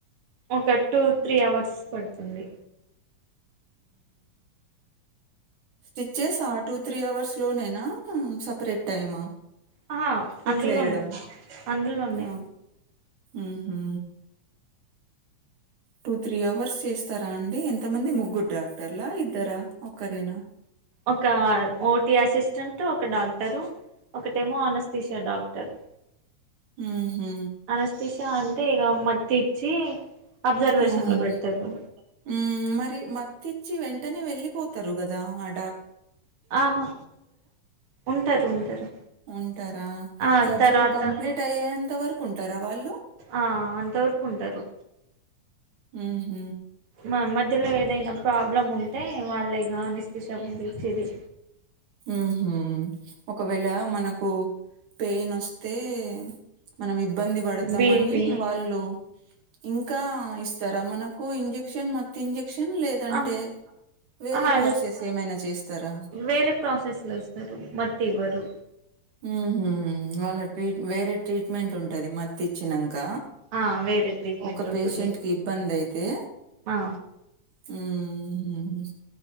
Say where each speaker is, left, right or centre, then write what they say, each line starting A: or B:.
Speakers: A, on the right; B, on the right.
A: ఒక టూ త్రీ అవర్స్ పడుతుంది
B: స్టిచ్చెస్ ఆ టూ త్రీ అవర్స్ లోనేనా సపరేట్ టైమా.
A: ఆహా
B: కుట్లు
A: అందులో
B: వేయడం
A: ఉన్నాయి అందులో ఉన్నాయి
B: ఆ ఉహూ టూ త్రీ అవర్స్ చేస్తారా అండి ఎంతమంది ముగ్గురు డాక్టర్లా ఇద్దరా, ఒక్కరేనా.
A: ఒక ఓటి అసిస్టెంట్ ఒక డాక్టర్. తారు ఒకటేమో అనస్తీషియా డాక్టర్. <inaudible>
B: ఉహూ
A: అనస్తీషియా అంటే ఇగ మత్తు ఇచ్చి. అబ్జర్వేషన్
B: అవును
A: లో పెడతరు.
B: హ్మ్ మరి మత్తిచ్చి వెంటనే వెల్లిపోతరు కదా ఆడ
A: ఆహా ఉంటారు ఉంటారు
B: ఉంటరా
A: ఆ
B: సర్జరీ
A: తర్వాత
B: కంప్లీట్ అయ్యేంత వరకుంటారా వాళ్ళు
A: ఆ అంతవరకు ఉంటారు
B: ఊహు
A: మా మధ్యలో ఏదైనా ప్రాబ్లం ఉంటే వాల్లేగా అని విషముండెచ్చిది
B: ఉహు ఒకవేళ మనకు పెయిన్ వస్ తే మనమిబ్బంది పడతామని
A: బీపి
B: వాళ్ళు ఇంకా ఇస్తరా? మనకు ఇంజెక్షన్ మత్తింజ క్షన్ లేదంటే
A: ఆ
B: వేరే
A: ఆహా
B: ప్రాసెస్ ఏమైనా చేస్తారా?
A: వేరే ప్రాసెస్ లో ఇస్తరు మర్ ఇవ్వరు
B: ఊహు వాళ్ళ ట్రీట్ వేరే ట్రీట్మెంట్ ఉంటది. మత్తిచ్చినక్ క
A: ఆ వేరే ట్రీట్మెంట్
B: ఒక పేషెంట్
A: ఉంటుంది
B: కిబ్బందయితే
A: ఆ
B: హ్మ్మ్